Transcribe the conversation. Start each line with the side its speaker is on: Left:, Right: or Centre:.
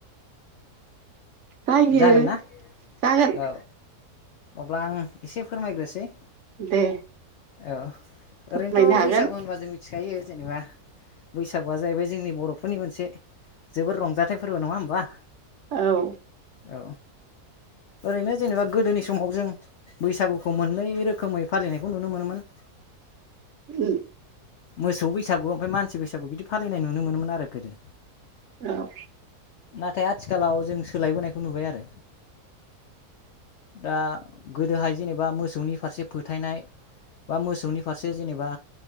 Right: जायो
Left: जागोन ना
Right: जागोन।
Left: औ अब्ला आं एसे फोरमायग्रोसै।
Right: दे।
Left: औ
Right: फोरमायनो
Left: ओरैनोथ' बैसागु
Right: हागोन
Left: होनबा जों मिथिखायो। जेनबा बैसागुआ जाहैबाय जोंनि बर'फोरनि मोनसे जोबोर रंजाथाइ फोरबो नङा होमबा।
Right: औ
Left: औ ओरैनो जेनेबा गोदोनि समाव जों बैसागुखौ मोननै रोखोमै फालिनायखौ नुनो मोनोमोन। <inaudible>
Right: उम
Left: मोसौ बैसागु ओमफ्राय मानसि बैसागु बिदि फालिनाय नुनो मोनोन आरो गोदो।
Right: औ।
Left: नाथाय आथिखालाव जों सोलायबोनायखौ नुबाय आरो। दा गोदोहाय जेनेबा मोसौनि फारसे फोथायनाय। बा मोसौनि फारसे जेनेबा